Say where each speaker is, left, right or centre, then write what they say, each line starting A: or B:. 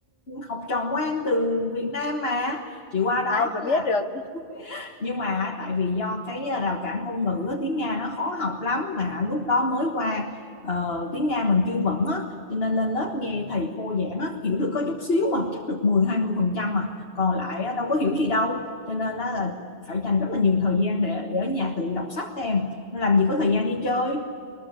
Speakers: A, on the left; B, on the left.
A: học trò ngoan từ Việt Nam mà chị qua đó
B: ai mà
A: là
B: biết được
A: nhưng mà tại vì do cái ờ, rào cản ngôn ngữ tiếng Nga nó khó học lắm mà lúc đó mới qua ờ, tiếng Nga mình chưa vững á cho nên lên lớp nghe thầy cô giảng á hiểu được có chút xíu mà chắc được 10 20 phần trăm mà còn lại đâu có hiểu gì đâu cho nên á là phải dành rất là nhiều thời gian để để ở nhà tự đọc sách em làm gì có thời gian đi chơi